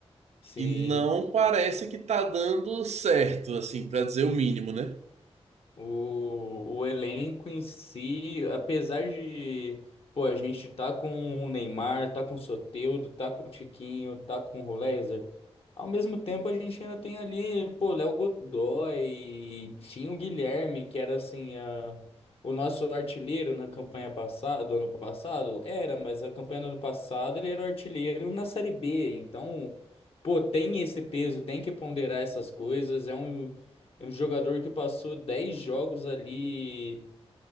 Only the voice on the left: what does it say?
Sim.
O, o elenco em si, apesar de, pô, a gente tá com o Neymar, tá com o Soteldo, tá com o Tiquinho, tá com o Rolézer, ao mesmo tempo a gente ainda tem ali, pô, Léo Godoy, tinha o Guilherme, que era assim, a, o nosso artilheiro na campanha passada, do ano passado, era, mas a campanha do ano passado ele era o artilheiro na Série B, então, pô, tem esse peso, tem que ponderar essas coisas, é um é um jogador que passou 10 jogos ali